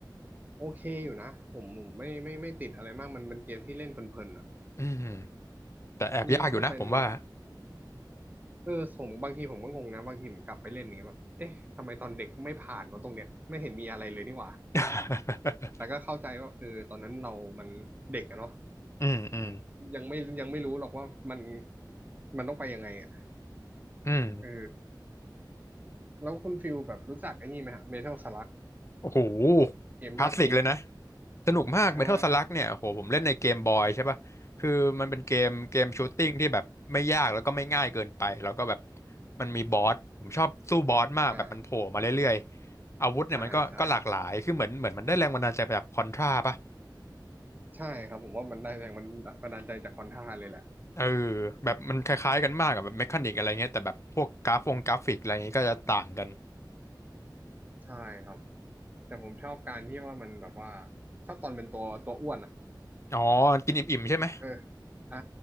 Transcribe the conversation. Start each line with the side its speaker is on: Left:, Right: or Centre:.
Right: โอเคอยู่นะผมผมไม่ไม่ไม่ติดอะไรมากมันเป็นเกมที่เล่นเพลินๆอ่ะ
Left: อืมแต่แอบยากอยู่นะผมว่า
Right: ยิ่งถ้าเป็น เออผมบางทีผมก็งงนะบางทีผมกลับไปเล่นอย่างเงี้ยแบบเอ๊ะทำไมตอนเด็กไม่ผ่านมาตรงเนี้ยไม่เห็นมีอะไรเลยนี่หว่า
Left: <laughs>
Right: แต่ก็เข้าใจว่าเออตอนนั้นเรามันเด็กอะเนาะ
Left: อืมอืม
Right: ยังไม่ยังไม่รู้หรอกว่ามันมันต้องไปยังไงอ่ะ
Left: อืม
Right: เออแล้วคุณฟิลแบบรู้จักไอ้นี่ไหมฮะเมทัลสลัก
Left: โอ้โห
Right: เกมยอดฮิต
Left: คลาสสิกเลยนะสนุกมาก
Right: ใช่
Left: Metal Slug เนี่ยโหผมเล่นในเกมบอยใช่ป่ะคือมันเป็นเกมเกมชูตติ้งที่แบบไม่ยากแล้วก็ไม่ง่ายเกินไปแล้วก็แบบมันมีบอสผมชอบสู้บอสมากแบบมันโผล่มาเรื่อย
Right: อ่า
Left: อาวุธเนี่ยมันก็ก็หลากหลาย
Right: ใช่ใช่
Left: คือเหมือนเหมือนมันได้แรงบันดาลใจมาจากคอนทราป่ะ
Right: ใช่ครับผมว่ามันได้แรงมันบันดาลใจจากคอนท่าเลยแหละ
Left: เออ แบบมันคล้ายๆกันมากกับแบบเมคานิกอะไรเงี้ยแต่แบบพวกกราฟวงกราฟิกอะไรเงี้ยก็จะต่างกัน
Right: ใช่ครับแต่ผมชอบการที่ว่ามันแบบว่าชอบตอนเป็นตัวตัวอ้วนอ่ะ
Left: อ๋อกินอิ่มๆใช่ไหม
Right: เอออ่า